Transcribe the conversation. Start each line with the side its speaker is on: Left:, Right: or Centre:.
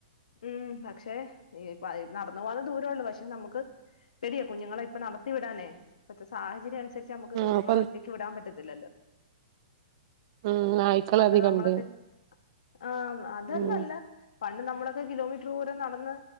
Left: ഉം പക്ഷേ യ് നടന്ന് പോകാനുള്ള ദൂരേ ഒള്ളൂ. പക്ഷെ നമ്മക്ക് പേടിയാ കുഞ്ഞുങ്ങളെ ഇപ്പം നടത്തി വിടാനേ ഇപ്പത്തേ സാഹചര്യം അനുസരിച്ച് നമ്മക്ക്
Right: ആഹ്
Left: കുഞ്ഞുങ്ങളെ
Right: അപ്പം
Left: ഒറ്റക്ക് വിടാൻ പറ്റത്തില്ലല്ലോ.
Right: ഉം നായ്ക്കള്
Left: പണ്ട്
Right: അധികണ്ട്
Left: നമ്മളാക്കെ ആഹ് അതൊന്നല്ല.
Right: ഉം
Left: പണ്ട് നമ്മളൊക്കെ കിലോമീറ്ററ് ദൂരം നടന്ന്